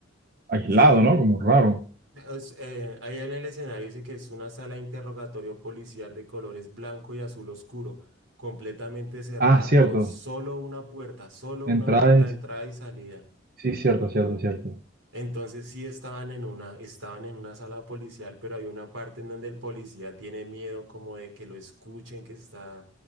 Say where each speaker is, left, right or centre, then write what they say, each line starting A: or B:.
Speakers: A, on the right; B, on the right.
A: aislado,
B: Sí,
A: ¿no? Como raro.
B: Es, eh, ahí en el escenario dice que es una sala de interrogatorio policial de colores blanco y azul oscuro, completamente cerrada,
A: Ah, cierto.
B: con solo una puerta, solo
A: Entradas.
B: una puerta de entrada y salida.
A: Sí, cierto, cierto, cierto.
B: Entonces sí estaban en una, estaban en una sala policial, pero hay una parte en donde el policía tiene miedo como de que lo escuchen, que está,